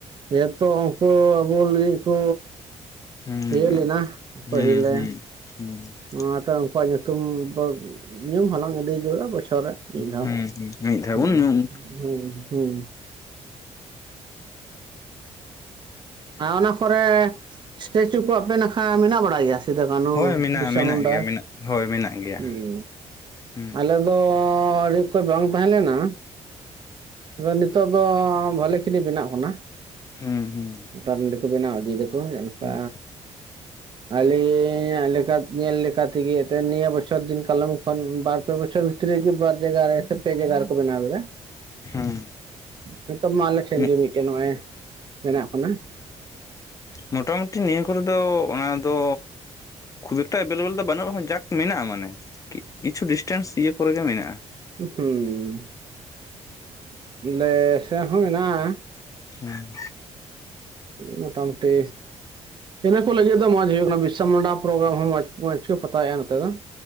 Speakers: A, on the right; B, on the left.
A: ᱡᱮᱦᱤᱛᱚ ᱩᱱᱠᱩ ᱟᱵᱚ ᱞᱟᱹᱜᱤᱫ ᱠᱚ
B: <unintelligible>
A: ᱤᱭᱟᱹ ᱞᱮᱱᱟ
B: ᱦᱩᱸ
A: ᱯᱟᱹᱦᱤᱞ
B: ᱦᱩᱸ
A: ᱨᱮ
B: ᱦᱩᱸ
A: ᱚᱱᱟᱛᱮ ᱩᱱᱠᱩᱣᱟᱜ ᱧᱩᱛᱩᱢ ᱫᱚ ᱧᱩᱢ ᱦᱟᱞᱟᱝ ᱤᱫᱤ <unintelligible> <unintelligible> ᱨᱮ ᱢᱤᱫ ᱫᱷᱟᱣ
B: ᱦᱩᱸ ᱦᱩᱸ ᱦᱩᱸ ᱢᱤᱫ ᱫᱷᱟᱣ
A: ᱦᱩᱸ
B: ᱵᱚᱱ ᱧᱩᱢ
A: ᱦᱩᱸ ᱟ ᱚᱱᱟ ᱠᱚᱨᱮ ᱥᱴᱮᱪᱩ ᱠᱚ ᱟᱯᱮ ᱱᱟᱠᱷᱟ ᱢᱮᱱᱟᱜ ᱵᱟᱲᱟ ᱜᱮᱭᱟ ᱥᱤᱫᱩ ᱠᱟᱱᱩ
B: ᱦᱳᱭ ᱢᱮᱱᱟᱜᱼᱟ
A: ᱵᱤᱨᱥᱟ
B: ᱢᱮᱱᱟᱜ
A: ᱢᱩᱱᱰᱟ
B: ᱜᱮᱭᱟ ᱢᱮᱱᱟᱜ ᱦᱳᱭ ᱢᱮᱱᱟᱜ ᱜᱮᱭᱟ
A: ᱦᱩᱸ
B: ᱦᱩᱸ
A: ᱟᱞᱮ ᱫᱚ ᱟᱹᱰᱤ ᱩᱛᱟᱹᱨ ᱵᱟᱝ ᱛᱟᱦᱮᱸ ᱞᱮᱱᱟ ᱟᱫᱚ ᱱᱤᱛᱚᱜ ᱫᱚ ᱵᱷᱟᱞᱮ ᱠᱷᱤᱱᱤ ᱵᱮᱱᱟᱜ ᱠᱟᱱᱟ
B: ᱦᱩᱸ ᱦᱩᱸ
A: ᱢᱚᱴᱟᱢᱩᱴᱤ ᱵᱮᱱᱟᱣ ᱤᱫᱤ ᱫᱟᱠᱚ ᱡᱮᱞᱮᱠᱟ
B: ᱦᱩᱸ
A: ᱟᱞᱤᱧᱟ ᱧᱮᱞ ᱞᱮᱠᱟ ᱛᱮᱜᱮ ᱮᱛᱮ ᱱᱤᱭᱟᱹ ᱵᱚᱪᱷᱚᱨ ᱫᱤᱱ ᱠᱟᱞᱚᱢ ᱵᱟᱨ ᱯᱮ ᱵᱚᱪᱚᱨ ᱵᱷᱤᱛ ᱨᱮ ᱜᱮ ᱵᱟᱨ ᱡᱟᱭᱜᱟ ᱨᱮ ᱥᱮ ᱯᱮ ᱡᱟᱭᱜᱟ ᱨᱮ ᱠᱚ ᱵᱮᱱᱟᱣᱮ ᱠᱟᱫᱟ
B: ᱦᱩᱸ
A: ᱱᱤᱛᱚᱜ ᱢᱟ ᱟᱞᱮ ᱴᱷᱮᱱ
B: ᱢᱩᱜ
A: ᱜᱮ ᱢᱤᱫᱴᱮᱱ ᱱᱚᱜᱼᱚᱭ ᱵᱮᱱᱟᱜ ᱠᱟᱱᱟ
B: ᱢᱳᱚᱴᱟᱢᱩᱴᱤ ᱱᱤᱭᱟᱹ ᱠᱚᱨᱮ ᱫᱚ ᱚᱱᱟ ᱫᱚ ᱠᱷᱩᱵ ᱮᱠᱴᱟ ᱮᱵᱮᱞᱮᱵᱮᱞ ᱫᱚ ᱵᱟᱹᱱᱩᱜ ᱨᱮᱦᱚᱸ ᱡᱟᱠ ᱢᱮᱱᱟᱜᱼᱟ ᱢᱟᱱᱮ ᱠᱤᱪᱷᱩ ᱰᱤᱥᱴᱮᱱᱥ ᱤᱭᱟᱹ ᱠᱚᱨᱮ ᱜᱮ ᱢᱮᱱᱟᱜᱼᱟ
A: <unintelligible> ᱟᱞᱮ ᱥᱮ ᱦᱚᱸ ᱢᱮᱱᱟᱜᱼᱟ
B: ᱦᱩᱸ
A: <inaudible> ᱢᱳᱴᱟᱢᱩᱴᱤ ᱤᱱᱟᱹ ᱠᱚ ᱞᱟᱹᱜᱤᱫ ᱫᱚ ᱢᱚᱡᱽ ᱦᱩᱭᱩᱜ ᱠᱟᱱᱟ ᱵᱤᱨᱤᱥᱥᱟ ᱢᱩᱱᱰᱟ ᱯᱨᱳᱜᱨᱟᱢ ᱦᱚᱸ ᱢᱚᱡᱽ ᱢᱚᱡᱽ ᱜᱮ ᱯᱟᱛᱟᱭᱟ ᱱᱚᱛᱮ ᱫᱚ